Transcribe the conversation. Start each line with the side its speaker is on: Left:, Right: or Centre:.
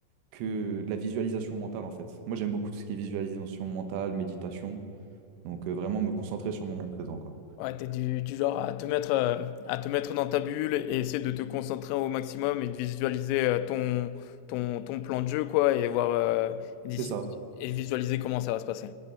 Right: que de la visualisation mentale, en fait. Moi, j'aime beaucoup tout ce qui est visualisation mentale, méditation. Donc, euh, vraiment me concentrer sur le moment présent, quoi.
Left: Ouais, tu du du genre à te mettre, heu, à te mettre dans ta bulle et essayer de te concentrer au maximum et de visualiser, heu, ton ton ton plan de jeu quoi et voir, heu, d'ici
Right: C'est ça.
Left: et visualiser comment ça va se passer.